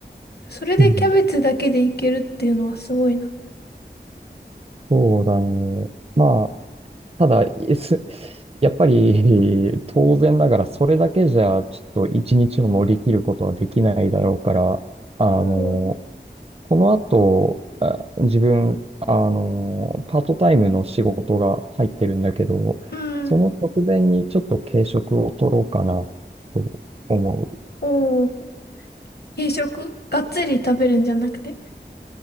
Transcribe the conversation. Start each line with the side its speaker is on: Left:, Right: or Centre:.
Left: それでキャベツだけでいけるっていうのはすごいな。
Right: うんそうだね。まあ、ただ、えす <laughs> やっぱり <laughs> 当然ながらそれだけじゃちょっと一日を乗り切ることはできないだろうから、あの、
Left: おー、
Right: この後、あ自分、あの、パートタイムの仕事が入ってるんだけど、
Left: うん。
Right: その直前にちょっと軽食を取ろうかなと思
Left: おー、軽食がっつり食べるんじゃなくて。